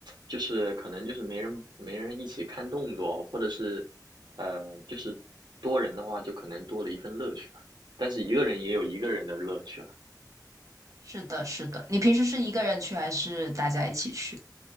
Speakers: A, on the right; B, on the right.
A: 就是可能就是没人没人一起看动作，或者是，呃，就是多人的话，就可能多了一份乐趣吧。但是一个人也有一个人的乐趣了。
B: 是的，是的。你平时是一个人去还是大家一起去？